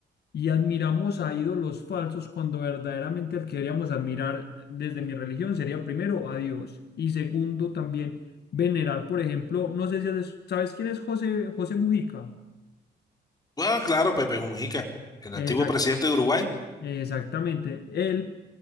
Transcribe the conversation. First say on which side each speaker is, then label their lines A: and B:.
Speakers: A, on the left; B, on the left.
A: Y admiramos a ídolos falsos cuando verdaderamente el que deberíamos admirar desde mi religión sería primero a Dios y segundo también venerar, por ejemplo, no sé si has- sabes quién es José, José Mujica.
B: Bueno, claro, Pepe Mujica, el
A: Exacto.
B: antiguo presidente de Uruguay.
A: Exactamente. Él